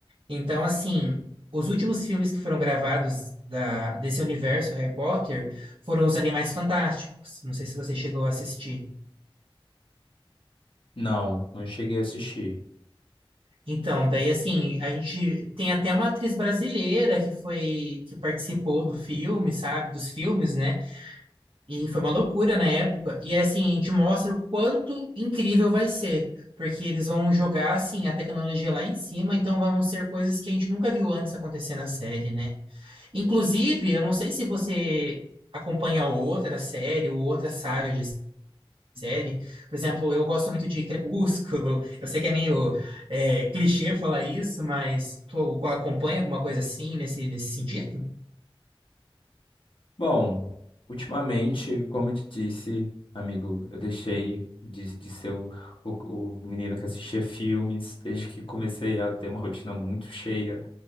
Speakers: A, on the right (about 70°); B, on the left (about 65°).
A: Então, assim, os últimos filmes que foram gravados da, desse universo Harry Potter foram os Animais Fantásticos. Não sei se você chegou a assistir.
B: Não, não cheguei a assistir.
A: Então, daí assim, a gente tem até uma atriz brasileira que foi que participou do filme, sabe? Dos filmes, né? E foi uma loucura na época. E assim, a gente mostra o quanto incrível vai ser. Porque eles vão jogar, assim, a tecnologia lá em cima, então vão ser coisas que a gente nunca viu antes acontecer na série, né? Inclusive, eu não sei se você acompanha outra série ou outra saga de série. Por exemplo, eu gosto muito de Crepúsculo. Eu sei que é meio é, clichê falar isso, mas tu acompanha alguma coisa assim nesse, nesse sentido?
B: Bom, ultimamente, como eu te disse, amigo, eu deixei de, de ser o, o, o menino que assistia filmes desde que comecei a ter uma rotina muito cheia.